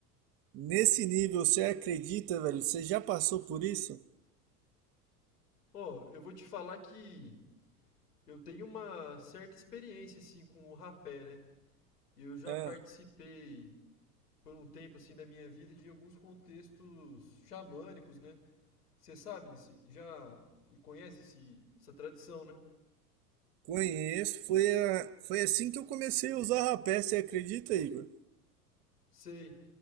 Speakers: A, on the right; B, on the left.
A: Nesse nível, você acredita, velho? Você já passou por isso?
B: Ó, eu vou te falar que eu tenho uma certa experiência, assim, com o rapé, né? Eu já
A: É,
B: participei por um tempo, assim, da minha vida de alguns contextos xamânicos, né? Você sabe desse. Já conhece esse, essa tradição, né?
A: conheço. Foi, a, foi assim que eu comecei a usar rapé, você acredita, Igor?
B: Sei.